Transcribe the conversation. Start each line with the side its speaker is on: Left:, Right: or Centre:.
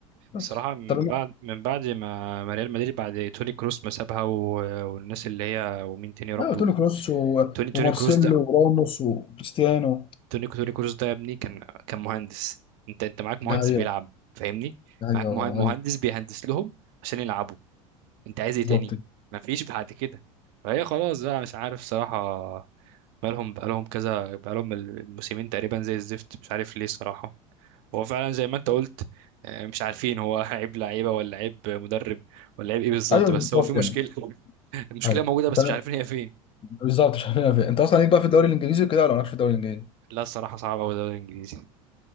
Left: بس
Right: صراحه من
Left: طب
Right: بعد من بعد ما ما ريال مدريد بعد توني كروس ما سابها و- والناس اللي هي ومين تاني يا رب
Left: ايوه قلت
Right: وك-
Left: له كروس و-
Right: توني توني
Left: ومارسيلو
Right: كروس ده
Left: وراموس وكريستيانو
Right: توني توني كروس ده يا ابني كان كان مهندس انت انت معاك مهندس
Left: ده هي
Right: بيلعب فاهمني
Left: ده
Right: معاك
Left: هي والله
Right: مهن- مهندس
Left: هي
Right: بيهندس لهم عشان يلعبوا انت عايز ايه
Left: بالظبط
Right: تاني
Left: كده.
Right: ما فيش بعد كده فهي خلاص بقى مش عارف صراحة بقالهم بقالهم كذا بقالهم الموسمين تقريبا زي الزفت مش عارف ليه الصراحة هو فعلا زي ما انت قلت آه، مش عارفين هو <laughs> عيب لعيبة ولا عيب مدرب ولا عيب ايه بالظبط
Left: ايوه
Right: بس
Left: بالظبط
Right: هو في مشكلة
Left: يعني
Right: <laughs> المشكلة
Left: ايوه
Right: موجودة بس
Left: انت
Right: مش عارفين هي فين
Left: بالظبط مش عارف فين انت اصلا ليك بقى في الدوري الانجليزي وكده ولا مالكش في الدوري الانجليزي؟
Right: لا الصراحة صعب أوي الدوري الإنجليزي